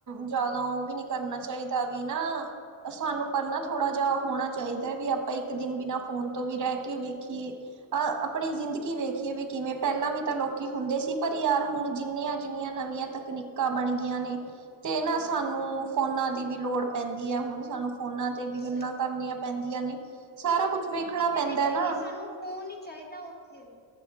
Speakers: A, on the right; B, on the left.
A: ਜਾਦਾ ਔਵੀ ਨੀ ਕਰਨਾ ਚਾਈਦਾ, ਵੀ ਨਾ ਸਾਨੂੰ ਪਰ ਨਾ ਥੋੜਾ ਜਿਆ ਹੋਣਾ ਚਾਈਦਾ, ਵੀ ਆਪਾਂ ਇੱਕ ਦਿਨ ਬਿਨਾ ਫੋਨ ਤੋਂ ਵੀ ਰੈ ਕੇ ਵੇਖ ਕਿ, ਅ ਅਪਣੀ ਜ਼ਿੰਦਗੀ ਵੇਖੀਏ ਵੀ ਕਿਵੇਂ ਪੈਲਾਂ ਵੀ ਤਾਂ ਲੋਕੀ ਹੁੰਦੇ ਸੀ ਪਰ ਯਾਰ ਹੁਣ ਜਿੰਨੀਆਂ- ਜਿੰਨੀਆਂ ਨਵੀਆਂ ਤਕਨੀਕਾਂ ਬਣ ਗਿਆਂ ਨੇ ਤੇ ਨਾ ਸਾਨੂੰ, ਫੋਨਾਂ ਦੀ ਵੀ ਲੋੜ ਪੈਂਦੀ ਐ, ਹੁਣ ਸਾਨੂੰ ਫੋਨਾਂ ਤੇ ਵੀ
B: ਸਹੀ।
A: ਗੱਲਾਂ ਕਰਨੀਆਂ ਪੈਂਦੀਆਂ ਨੇ, ਸਾਰਾ
B: ਕਿ
A: ਕੁਛ
B: ਕਿਤੇ
A: ਵੇਖਣਾ ਪੈਂਦਾਐ
B: ਵੀ ਜਾਈਏ
A: ਨਾ।
B: ਸਾਨੂੰ ਫੋਨ ਹੀ ਚਾਈਦਾ ਉੱਥੇ ਵੀ।